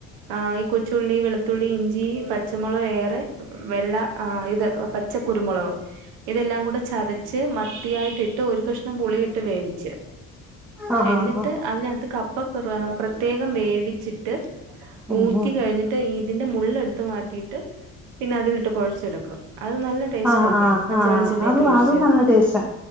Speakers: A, on the right (about 75°); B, in the centre.
A: ആ ഈ കൊച്ചുള്ളി വെളുത്തുള്ളി ഇഞ്ചി പച്ചമുളക് ഏറെ വെള്ള ആ ഇത് കുരുമുളക് ഇതെല്ലാം കൂടെ ചത ച്ച് മത്തിയായിട്ടിട്ട് ഒരു കഷ്ണം പുളിയിട്ട് വേവിച്ച്
B: ആ
A: എന്നിട്ട്
B: ആ ആ
A: അതിനകത്ത് കപ്പ പെറുവാ പ്രത്യേകം വേവിച്ചിട്ട്
B: ഉം
A: ഊറ്റി കഴിഞ്ഞിട്ട് ഇതിന്റെ മുളെളടുത്ത് മാറ്റിയിട്ട് പിന്നെ അതിലിട്ട് കൊഴച്ചെടുക്കും അത് നല്ല ടേസ്റ്റ്
B: ആഹ്
A: അല്ലേ
B: ആഹ്
A: പച്ചവെളിച്ചെണ്ണയൊക്കെ
B: ആഹ് അത്
A: ഒഴിച്ച്
B: അതും നല്ല ടേസ്റ്റാ